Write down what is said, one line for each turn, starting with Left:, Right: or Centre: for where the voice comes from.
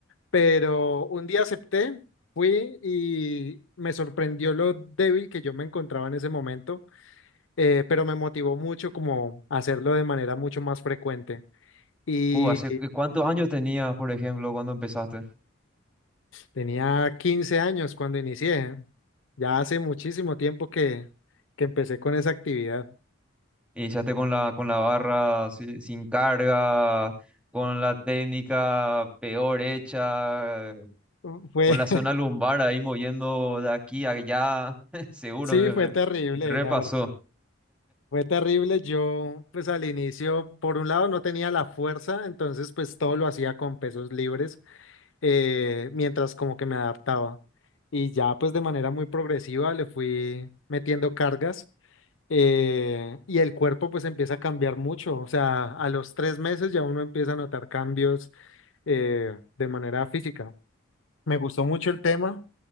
Left: pero un día acepté, fui y me sorprendió lo débil que yo me encontraba en ese momento eh, pero me motivó mucho como a hacerlo de manera mucho más frecuente. Y
Centre: Uh, ¿hace cuántos años tenías, por ejemplo, cuando empezaste?
Left: tenía 15 años cuando inicié. Ya hace muchísimo tiempo que, que empecé con esa actividad.
Centre: Iniciaste con la, con la barra si- sin carga, con la técnica peor hecha, eh,
Left: Uh, Fue,
Centre: con la zona lumbar ahí moviendo de aquí a allá, <laughs> seguro
Left: <laughs> sí,
Centre: me,
Left: fue
Centre: me-
Left: terrible,
Centre: me repasó.
Left: la verdad. Fue terrible. Yo, pues al inicio, por un lado no tenía la fuerza, entonces pues todo lo hacía con pesos libres, eh, mientras como que me adaptaba. Y ya pues de manera muy progresiva le fui metiendo cargas. eh, y el cuerpo pues empieza a cambiar mucho, o sea, a los tres meses ya uno empieza a notar cambios eh, de manera física. Me gustó mucho el tema,